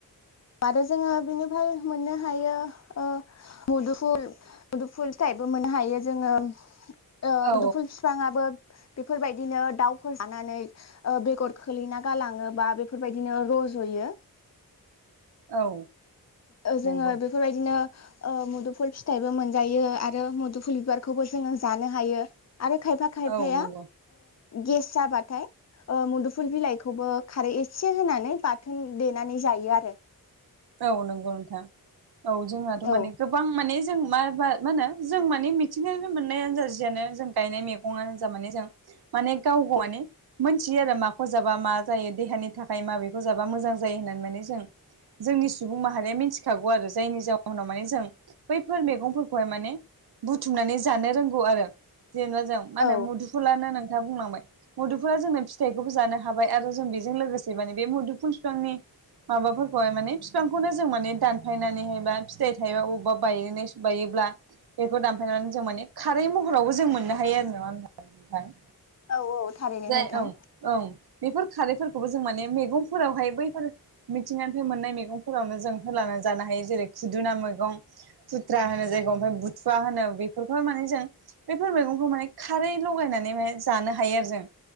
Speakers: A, on the left; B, on the right.
A: आरो जोङो बिनिफ्राय मोननो हायो ओ मुदुफुल मुदुफुल फिथाइबो मोननो हायो जोङो ओ
B: औ
A: मुदुफुल बिफाङाबो बेफोरबायदिनो दाउफोर जानानै ओ बेगर खोलैना गालाङोबा बेफोरबायदिनो रज'यो।
B: औ
A: ओ
B: नंगौ
A: जोङो बेफोरबायदिनो ओ मुदुफुल फिथाइबो मोनजायो आरो मुदुफुल बिबारखौबो जोङो जानो हायो। आरो खायफा खायफाया
B: औ नंगौ
A: गेस जाबाथाय ओ मुदुफुल बिलाइखौबो खारै एसे होनानै बाथोन देनानै जायो आ रोे
B: औ नंगौ नोंथां औ जोंहाथ' माने
A: औ
B: गोबां माने जों माबा मा होनो जों माने मिथिनाय मोननायानो जा जियानो जों गायनाय मैगङानो जा माने जों माने गाव गावानो मोनथियो आरो माखौ जाबा मा जायो देहानि थाखाय माबेखौ जाबा मोजां जायो होननानै माने जों जोंनि सुबुं माहारिया मिथिखागौ आरो जायनि जाउनाव माने जों बैफोर मैगंफोरखौहाय माने बुथुमनानै जानो रोंगौ आरो जेनेबा जों मा होनो
A: औ
B: मुदुफुलानो नोंथा बुंलांबाय मुदुफुला जोंनो फिथाइखौबो जानो हाबाय आरो जों बेजों लोगोसे माने बे मुदुफुल बिफांनि माबा खौहाय माने फिफांखौनो जों माने दानफायनानैहायबा फिथाइ थायोबा बबेबा बाय बायोब्ला बेखौ दानफायनानै जों माने खारै महरावबो जों मोननो हायो आरो नङा ओमबा नोंथां?
A: औ औ थारैनो
B: जाय
A: नोंथां
B: ओं ओं बेफोर खारैफोरखौबो जों माने मैगंफोरावहाय बैफोर मिथिंगानि <unintelligible> बै मोननाय मैगंफोरावनो जों होलाना जानो हायो जेरै खुदुना मैगं खुथ्रा होनो जायखौ ओमफ्राय बुथुवा होनो बेफोरखौ माने जों बैफोर मैगंखौ माने खारै लगायनानै माने जानो हायो आरो जों